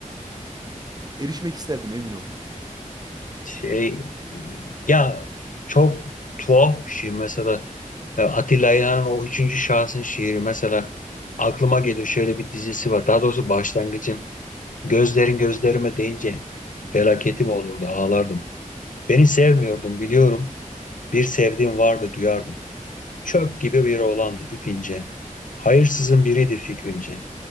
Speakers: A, on the right; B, on the left.
A: E, Erişmek isterdim emin ol.
B: şey, e, ya çok tuhaf bir şey mesela. E, Atilla İlhan'ın o üçüncü şahsın şiiri mesela aklıma geliyor. Şöyle bir dizisi var. Daha doğrusu başlangıcım. Gözlerin gözlerime değince
A: Hı hı.
B: felaketim olurdu, ağlardım. Beni sevmiyordum biliyorum. Bir sevdiğim vardı duyardım. Çöp
A: Evet.
B: gibi bir oğlandı ipince. Hayırsızın biriydi fikrimce.